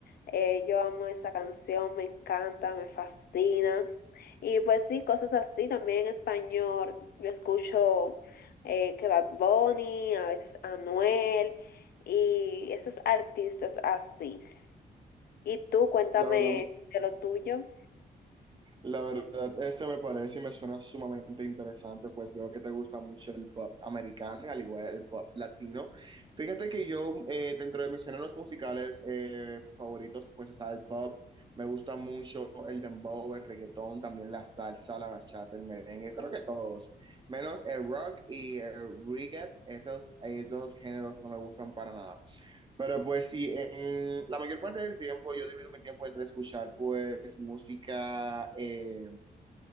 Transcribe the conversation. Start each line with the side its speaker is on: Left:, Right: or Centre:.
Left: Eh, yo amo esa canción, me encanta, me fascina. Y pues sí, cosas así, también en español yo escucho eh, que Bad Bunny, a veces Anuel y esos artistas así. Y tú cuéntame
Right: La verdad,
Left: de lo tuyo.
Right: La verdad, este me parece y me suena sumamente interesante, pues veo que te gusta mucho el pop americano, y al igual el pop latino. Fíjate que yo, eh, dentro de mis géneros musicales eh, favoritos, pues está el pop, me gusta mucho el dembow, el reggaetón, también la salsa, la bachata, el merengue, creo que todos, menos el rock y el reggae, esos, esos géneros no me gustan para nada. Pero pues sí, en la mayor parte del tiempo yo divido mi tiempo entre escuchar pues música, eh,